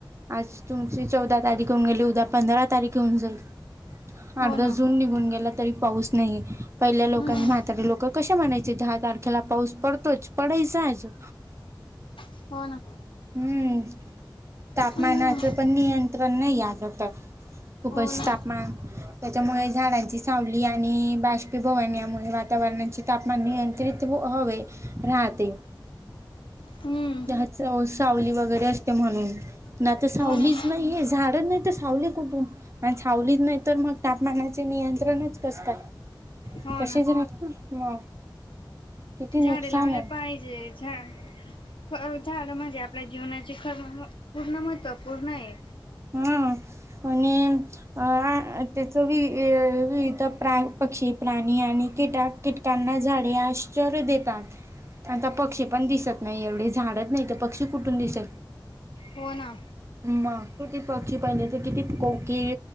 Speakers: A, on the right; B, on the left.
A: आज तुमची चौदा तारिक होऊन गेली उद्या पंधरा तारिक ऊन जाईल
B: हो
A: अरदा
B: ना
A: जून निगुन गेला. तरी पऊस नइ पइल्या लोकांनी
B: हम्म
A: म्हातारी लोक कशे म्हणायचे दहा तारखेला पऊस पडतोच प चय आजुन.
B: हो ना
A: हम्म तापमानाच
B: हम्म
A: पण नियंत्र ण नइय यादरतात खूपच
B: हो ना
A: तापमान त्याच्यामुळे झाडांची सावली आणि बाष्पीभवनयामुळे वातावरणाचे तापमान नियंत्रण त्रित बु ह राहते.
B: हम्म
A: ज्याहच हो सावली वगैरे असते म्हणून नाय तर सावलीच
B: हो ना
A: नाइये झाड नाई तर सावली कुटुन सावलीच नाई तर मग तापमानाचे नियंत्रणच कस काय
B: हो
A: तशीच
B: ना
A: रात मग किती नुकसान
B: झाडे लावले
A: आहे
B: पाईजे झा अ झाडे म्हणजे आपल्या जीवनाचे खरम पूर्ण महत्त्व पूर्णए.
A: हां आणि अ आय तेच बी वेअ विवित प्राण, पक्षी, प्राणी आणि किटाक, किटकांना झाडे आश्रय देतात. आता पक्षी पण दिसत नाई एवढे झाडच नइ तर पक्षी कुटुन दिसलं?
B: होना
A: मग किती पक्षी पाहिले तर किती प कोकीळ,